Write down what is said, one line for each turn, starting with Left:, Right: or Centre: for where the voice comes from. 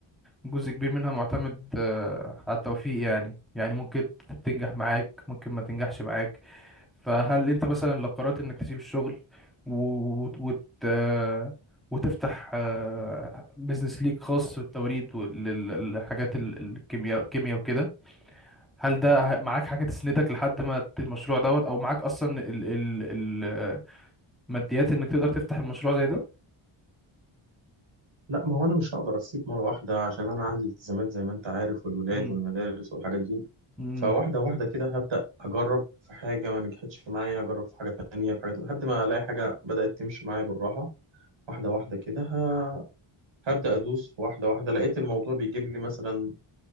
Centre: جزء كبير منها معتمد آه، على التوفيق يعني يعني ممكن تنجح معاك ممكن ما تنجحش معاك فهل أنت مثلا لو قررت إنك تسيب الشغل و... وت... آه، وتفتح بيزنس ليك خاص بالتوريد والحاجات الكيمياء الكيمياء وكده هل ده ه- معاك حاجة تسندك لحد ما ت- المشروع دوت او معاك اصلا ال ال ال- الماديات انك تقدر تفتح المشروع زي ده
Right: لا ما هو انا مش هقدر اسيب مره واحده عشان انا عندي التزامات زي ما انت عارف والولاد
Centre: امم
Right: والمدارس والحاجات دي
Centre: امم
Right: فواحده واحده كده هبدا اجرب في حاجه ما نجحتش معايا اجرب في حاجه تانية في حاجه لحد ما الاقي حاجه بدات تمشي معايا بالراحه واحده واحده كده ه... هبدا ادوس واحده واحده لقيت الموضوع بيجيب لي مثلا